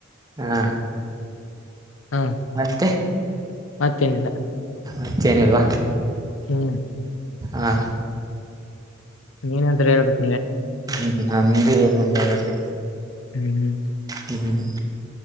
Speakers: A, on the right; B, on the left.
A: ಹ
B: ಹಾ
A: ಮತ್ತೆ
B: ಮತ್ತೇನಿಲ್ಲ.
A: ಅಚ್ಚಿನಲ್ವ
B: ಹ್ಮ್
A: ಹಾ
B: ನೀನಂದ್ರೆ ಹೇಳ್ಬೇಕು
A: ಹ್ಮ ನಮ್ದೇ ಏನಿಲ್ಲ ಇದು
B: ಹ್ಮ್ ಹ್ಮ್
A: ಹ್ಮ್